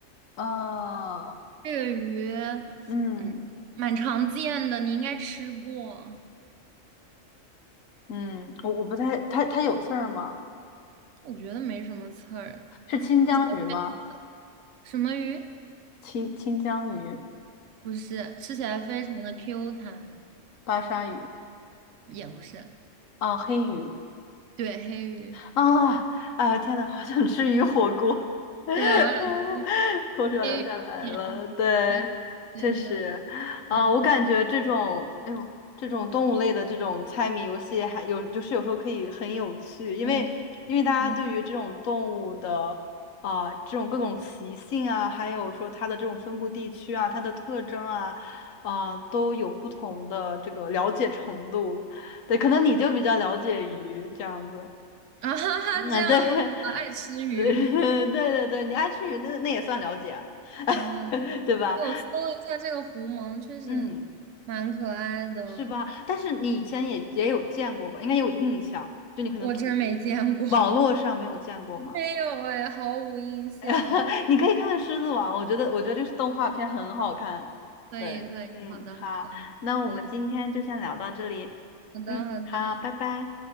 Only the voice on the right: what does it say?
这个鱼，
嗯，蛮常见的，你应该吃过。
我觉得没什么刺儿，
吃起来非什么鱼？
不是，吃起来非常的 Q 弹，
也不是。
对，黑鱼，
对，我想吃
黑鱼片。
对，对的，
嗯，
对对，
啊哈哈，
这样我比较爱吃鱼。
嗯。
我搜了一下这个狐獴，确实蛮可爱的。
我真没见过，
<laughs> 没有哎，毫无印象。
可以，
可以，
好的，
好的，
可以，好的，
好的。